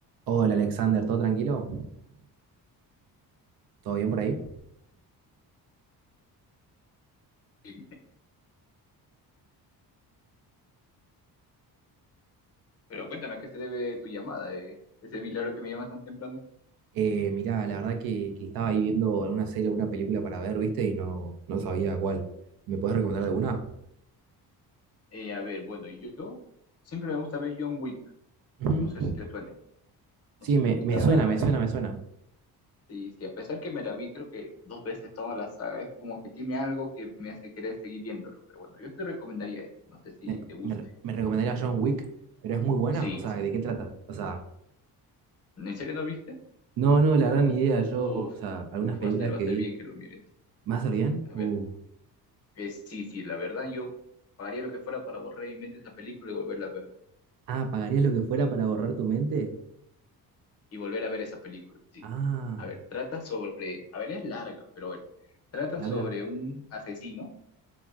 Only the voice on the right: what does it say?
Hola Alexander, ¿todo tranquilo? ¿Todo bien por ahí?
Eh, mirá, la verdad que, que estaba ahí viendo alguna serie, alguna película para ver, ¿viste? Y no, no sabía cuál. ¿Me puedes recomendar alguna?
Ujú.
Sí,
me,
me suena, me suena,
me suena.
Me,
me, re- me recomendaría John Wick, pero es muy buena.
O sea,
¿de qué trata? O sea,
no, no, la verdad ni idea. Yo,
o sea, algunas
películas
que
vi.
¿Más o bien?
Uh.
Ah, ¿pagarías lo que fuera para borrar tu mente?
Ah,
larga.